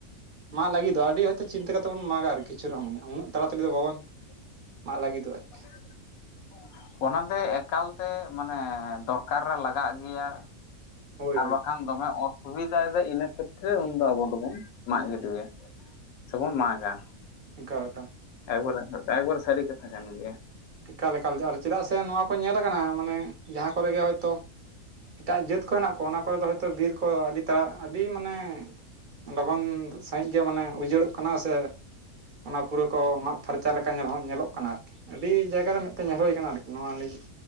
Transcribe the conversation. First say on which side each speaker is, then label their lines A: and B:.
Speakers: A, on the right (about 45°); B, on the left (about 80°).
A: ᱢᱟᱜ ᱞᱟᱹᱜᱤᱫ ᱫᱚ ᱟᱹᱰᱤ ᱦᱚᱭᱛᱚ ᱪᱤᱱᱛᱟᱹ ᱠᱟᱛᱮ ᱵᱚᱱ ᱢᱟᱜᱽ-ᱟ ᱟᱨᱠᱤ ᱠᱤᱪᱷᱩ ᱨᱮᱦᱚᱸ ᱢᱟᱱᱮ ᱩᱱᱟᱹᱜ ᱛᱟᱲᱟᱛᱟᱹᱲᱤ ᱫᱚ ᱵᱟᱵᱚᱱ ᱢᱟᱜ ᱞᱟᱹᱜᱤᱫᱚᱜᱼᱟ ᱟᱨᱠᱤ।
B: <unintelligible> ᱚᱱᱟᱛᱮ ᱮᱠᱟᱞ ᱛᱮ ᱢᱟᱱᱮ ᱫᱚᱨᱠᱟᱨ ᱨᱮ ᱞᱟᱜᱟᱜ ᱜᱮᱭᱟ
A: ᱦᱳᱭ
B: ᱟᱨ
A: ᱦᱳᱭ
B: ᱵᱟᱠᱷᱟᱱ ᱫᱚᱢᱮ ᱚᱛ ᱥᱩᱵᱤᱫᱟᱭ ᱫᱟᱭ ᱤᱱᱟᱹ ᱠᱷᱮᱛᱨᱮ ᱩᱱᱫᱚ ᱟᱵᱚ ᱫᱚᱵᱚᱱ ᱢᱟᱜ ᱜᱤᱰᱤᱭᱟ ᱥᱮ ᱵᱚᱱ ᱢᱟᱜᱽ-ᱟ
A: ᱚᱠᱟ ᱞᱮᱠᱟ
B: ᱮᱠᱵᱟᱨᱮ ᱮᱠᱵᱟᱨ ᱥᱟᱹᱨᱤ ᱠᱟᱛᱷᱟ ᱠᱟᱱ ᱜᱮᱭᱟ
A: ᱮᱠᱟᱞ ᱮᱠᱟᱞ ᱟᱨ ᱪᱮᱫᱟᱜ ᱥᱮ ᱱᱚᱶᱟ ᱠᱚ ᱧᱮᱞ ᱟᱠᱟᱱᱟ ᱢᱟᱱᱮ ᱡᱟᱦᱟᱸ ᱠᱚᱨᱮ ᱜᱮ ᱦᱚᱭᱛᱚ ᱮᱴᱟᱜ ᱡᱟᱹᱛ ᱠᱚ ᱦᱮᱱᱟᱜ ᱠᱚᱣᱟ ᱚᱱᱟ ᱠᱚᱨᱮ ᱫᱚ ᱦᱚᱭᱛᱚ ᱵᱤᱨ ᱠᱳ ᱟᱹᱰᱤ ᱛᱟᱲᱟ ᱟᱹᱰᱤ ᱢᱟᱱᱮ ᱞᱚᱜᱚᱱ ᱥᱟᱺᱦᱤᱡ ᱜᱮ ᱢᱟᱱᱮ ᱩᱡᱟᱹᱲᱚᱜ ᱠᱟᱱᱟ ᱥᱮ ᱚᱱᱟ ᱯᱩᱨᱟᱹ ᱠᱚ ᱢᱟᱜ ᱯᱷᱟᱨᱪᱟ ᱞᱮᱠᱟ ᱧᱮᱞ ᱦᱚᱸ ᱧᱮᱞᱚᱜ ᱠᱟᱱᱟ ᱟᱨᱠᱤ ᱟᱹᱰᱤ ᱟᱹᱰᱤ ᱡᱟᱭᱜᱟ ᱨᱮ ᱢᱮᱫ ᱛᱮ ᱧᱮᱞ ᱦᱳᱭ ᱠᱟᱱᱟ ᱟᱨᱠᱤ ᱱᱚᱣᱟ ᱱᱤᱡᱮ